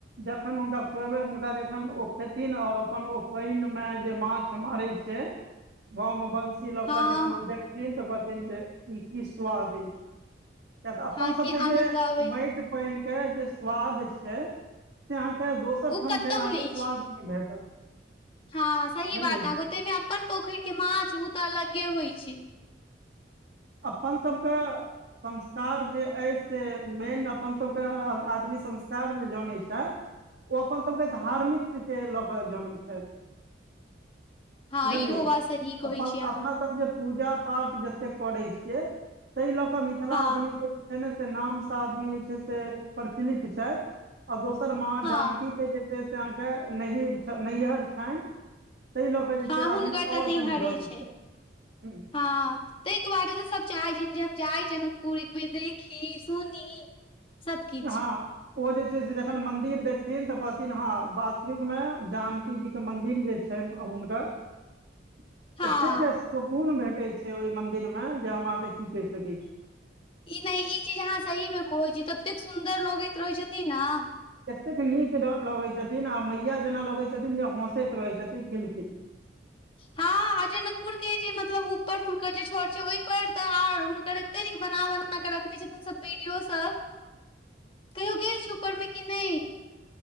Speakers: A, on the right; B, on the left.
A: जखन हुनका खुएबै हुनका जखन ओ खेथिन और अपन ओ पानि मे जे माछ मारै छै। गाँव मऽ बंशी लगता
B: हँ
A: जखन ओ देखथिन तऽ कहथिन जे ई की स्वाद अछि। कि तऽ अपन
B: हँ
A: सबके
B: की आनन्द
A: जे
B: अबै
A: माटि पान के जे स्वाद छै से अहाँके दोस सबठाम
B: ओ कतहु
A: अहाँके
B: नहि
A: स्वाद
B: छै
A: नहि भेटत
B: हँ सही
A: बुझलियै
B: बात आग तामे अपन पोखरि के माछ ओ तऽ अलगे होइ छै।
A: अपन सभके संस्कार जे अछि से मेन अपन सभके आदमी संस्कार जे जनैत छैथ। ओ अपन सभके धार्मिक लऽ कऽ जानेत छथि।
B: हँ
A: बुझलियै
B: इहो बात सही कहै
A: अपना
B: छी अहाँ
A: सब जे पूजा पाठ जते करै छियै ताहि लऽ कऽ मिथिला
B: हँ
A: आदमी के छै ने से नाम से आदमी जे छै से प्रचलित छथि आ दोसर माँ
B: हँ
A: जानकी जे छै से अहाँके नैर नैहर छनि ताहि लऽ कऽ जे
B: हँ
A: छै आदमी
B: हुनकर तऽ
A: आओर
B: नैहरे
A: कनि जलैत
B: छनि
A: छै ह
B: हँ ताहि दुआरे तऽ सभ चाहैत छथि जे हम जाइ जनकपुर एकबेर देखी सुनी। सबकिछ
A: हँ ओ जे छै से जखन मंदिर देखथिन तऽ कहथिन हँ वासिक में जानकी जी के मंदिर जे छै। छैन हुनकर
B: हँ
A: एतेक सुकून भेटैत छै ओहि मंन्दिर मे जे हम अहाँके की कहि सकै छी।
B: ई नहि ई चीज अहाँ सही मे कहै छी ततेक सुन्दर लगैत रहैत छथिन नऽ
A: एतेक नीक लगैत छथिन आ मैया जेना लगै छथिन जे हँसैत रहै छथिन खिलखिल।
B: हँ जनकपुर के जे मतलब ऊपर हुनकर जे छड़ छै ओहि पर तऽ आर हुनकर एते नीक बनावन बना कऽ रखने छथिन सब बीडी ओ सब
A: <inaudible>
B: कहियओ गेल छी ऊपरमे कि नहि।